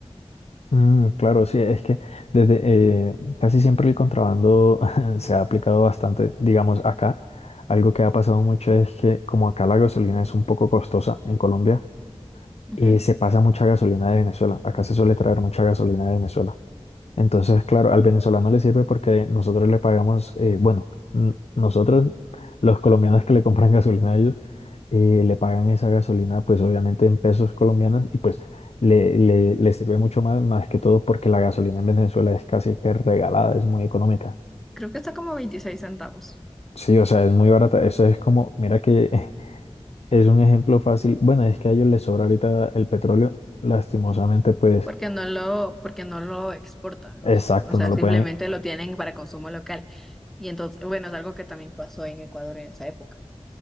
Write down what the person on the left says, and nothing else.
Mm, claro, sí, es que desde eh, casi siempre el contrabando <laughs> se ha aplicado bastante, digamos, acá. Algo que ha pasado mucho es que como acá la gasolina es un poco costosa en Colombia,
eh, se pasa mucha gasolina de Venezuela. Acá se suele traer mucha gasolina de Venezuela. Entonces, claro, al venezolano le sirve porque nosotros le pagamos, eh, bueno, n- nosotros, los colombianos que le compran <laughs> gasolina a ellos, eh, le pagan esa gasolina, pues obviamente en pesos colombianos y pues le, le, le sirve mucho más, más que todo porque la gasolina en Venezuela es casi que regalada, es muy económica.
Sí, o sea, es muy barata. Eso es como, mira que <laughs> es un ejemplo fácil. Bueno, es que a ellos les sobra ahorita el petróleo, lastimosamente, pues,
exacto,
no lo
pueden